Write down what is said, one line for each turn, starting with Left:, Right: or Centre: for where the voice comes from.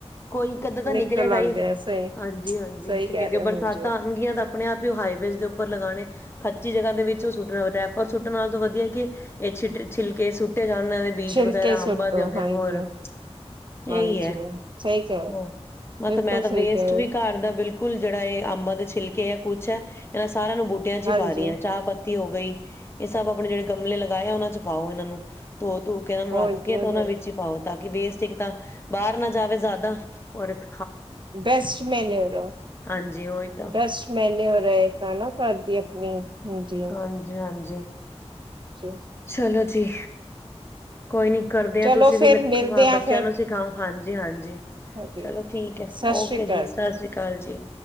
Left: ਕੋਈ ਇੱਕ ਅੱਧਾ ਤਾਂ
Right: ਨਿਕਲ
Left: ਨਿਕਲੇਗਾ
Right: ਆਉਂਦੇ
Left: ਹੀ
Right: ਆ ਸਹੀ
Left: ਹਾਂਜੀ-ਹਾਂਜੀ
Right: ਸਹੀ ਕਹਿ ਰਹੇ ਹੋ
Left: ਬਰਸਾਤਾਂ
Right: ਹਾਂਜੀ
Left: ਆਉਣਗੀਆਂ ਤਾਂ ਆਪਣੇ ਆਪ ਹੀ ਹਾਈਵੇਜ਼ ਦੇ ਉੱਪ ਉੱਪਰ ਲਗਾਣੇ, ਖੱਚੀ ਜਗ੍ਹਾ ਦੇ ਵਿੱਚ ਉਹ ਸੁੱਟਣਾ ਹੋਵੇ ਡਾਈਪਰ ਸੁੱਟਣ ਨਾਲੋ ਤਾਂ ਵਧੀਆ ਇਹ ਛਟ ਛਿਲਕੇ ਸੁੱਟ ਜਾਣ ਇਹਨਾਂ ਦੇ ਬੀਜ
Right: ਛਿਲਕੇ
Left: ਵਗੈਰਾ
Right: ਸੁੱਟੋ
Left: ਅੰਬਾ ਦੇ ਹੋਗੇ
Right: ਹਾਂਜੀ
Left: ਹੋਰ, ਇਹੀ
Right: ਹਾਂਜੀ
Left: ਹੈ,
Right: ਸਹੀ ਕਹਿ
Left: ਹੋਰ ਮਤ
Right: ਬਿਲਕੁਲ
Left: ਮੈਂ ਤਾਂ
Right: ਸਹੀ
Left: ਵੇਸਟ
Right: ਕਹਿ ਹੋ
Left: ਵੀ ਘਰ ਦਾ ਬਿਲਕੁਲ ਜਿਹੜਾ ਇਹ ਅੰਬਾ ਦੇ ਛਿਲਕੇ ਕਿਹਾ ਕੁੱਛ ਹੈ ਇਹਨਾਂ ਸਾਰਿਆਂ ਨੂੰ ਬੂਟਿਆਂ 'ਚ
Right: ਹਾਂਜੀ
Left: ਹੀ ਪਾ ਰਹੀ ਆ ਚਾਹ ਪੱਤੀ ਹੋ ਗਈ ਇਹ ਸਭ ਆਪਣੇ ਜਿਹੜੇ ਗਮਲੇ ਲਗਾਏ ਉਹਨਾਂ ਚ ਪਾਓ ਇਹਨਾਂ ਨੂੰ ਧੋ ਧੂ ਕੇ ਇਹਨਾਂ ਨੂੰ
Right: ਹੋਰ
Left: ਰੱਖ
Right: ਕੀ
Left: ਕੇ
Right: ਹੋ
Left: ਤੇ ਉਹਨਾਂ
Right: ਗਿਆ।
Left: ਵਿੱਚ ਈ ਪਾਓ। ਤਾਂ ਕਿ ਵੇਸ ਇਕ ਤਾਂ ਬਾਰ ਨਾ ਜਾਵੇ ਜ਼ਿਆਦਾ। ਔਰਤ
Right: ਬੈਸਟ ਮੈਨਓਰ,
Left: ਹਾਂਜੀ ਉਹੀ ਤਾਂ
Right: ਬੈਸਟ ਮੈਨਓਰ ਐ ਤਾਂ ਨਾ ਘਰ ਦੀ ਆਪਣੀ ਹਾਂਜੀ ਹਾਂ।
Left: ਹਾਂਜੀ-ਹਾਂਜੀ
Right: ਚ
Left: ਚਲੋ ਜੀ। ਕੋਈ ਨੀ ਕਰਦੇ
Right: ਚਲੋ
Left: ਆ ਤੁਸੀਂ ਵੀ
Right: ਫੇਰ
Left: ਲਿਖਵਾ
Right: ਮਿਲਦੇ ਆ
Left: ਬੱਚਿਆਂ
Right: ਫੇਰ
Left: ਨੂੰ ਸਿਖਾਓ ਹਾਂਜੀ, ਹਾਂਜੀ
Right: ਹਾਂਜੀ
Left: ਚਲੋ ਠੀਕ ਐ,
Right: ਸਤਿ
Left: ਓਕੇ
Right: ਸ੍ਰੀ ਅਕਾਲ
Left: ਜੀ ਸਤਿ ਸ੍ਰੀ ਅਕਾਲ ਜੀ।